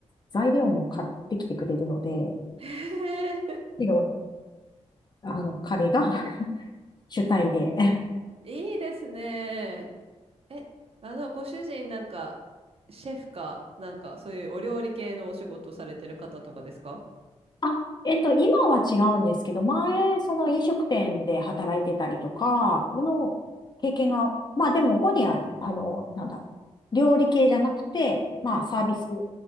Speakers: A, on the left (about 35°); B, on the right (about 55°).
A: 材料も買ってきてくれるので、
B: え
A: けどあの、彼が <laughs> 主体で。<laughs>
B: ー、いいですね。え、あの、ご主人なんか、シェフか、なんか、そういうお料理系のお仕事されてる方とかですか
A: あ、えっと、今は違うんですけど、前、
B: うん。
A: その飲食店で働いてたりとか、の経験が、まあでも、本人は、あの、なんだろう、料理系じゃなくて、
B: うん。
A: まあサービス